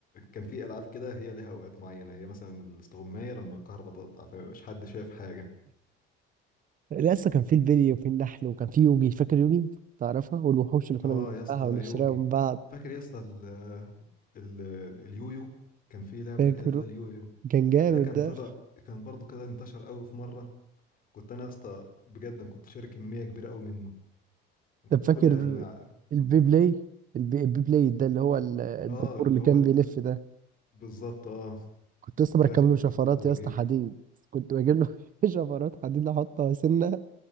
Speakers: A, on the left; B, on the right.
A: كان في ألعاب كده هي ليها أوقات معينة هي مثلا الاستغماية لما الكهرباء تقطع فمبقاش حد شايف حاجة
B: لسه كان في البلي وفي النحل وكان في يوجي فاكر يوجي تعرفها والوحوش اللي كنا
A: اه
B: بنجمعها
A: يا اسطى
B: ونشتريها
A: يوجي
B: من بعض
A: فاكر يا اسطى ال ال اليويو كان في لعبة
B: فاكره
A: كده اللي هو اليويو
B: كان جامد
A: ده كان
B: ده
A: طلع كان برضو كده انتشر قوي في مرة كنت انا يا اسطى بجد أنا كنت شاري كميه كبيره قوي منه وكنت
B: طب فاكر
A: كل الانواع
B: البي بلاي البي البي بلاي ده اللي هو ال- الدبور
A: اه اللي
B: اللي
A: هو
B: كان
A: ال...
B: بيلف ده
A: بالظبط اه
B: كنت لسه بركب
A: فاكره
B: له
A: كنت
B: شفرات
A: برضه
B: يا
A: بجيبه
B: اسطى حديد كنت بجيب له <laughs> شفرات حديد احطها سنه